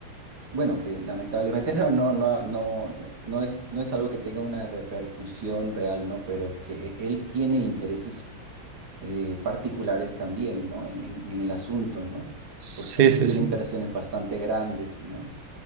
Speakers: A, on the right (about 70°); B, on the right (about 50°).
A: bueno, que lamentablemente <laughs> no, no, no, no, no es, no es algo que tenga una repercusión real, ¿no? Pero que él tiene intereses eh, particulares también, ¿no? En, en el asunto, ¿no?
B: Sí,
A: Porque él
B: sí,
A: tiene
B: sí.
A: inversiones bastante grandes, ¿no?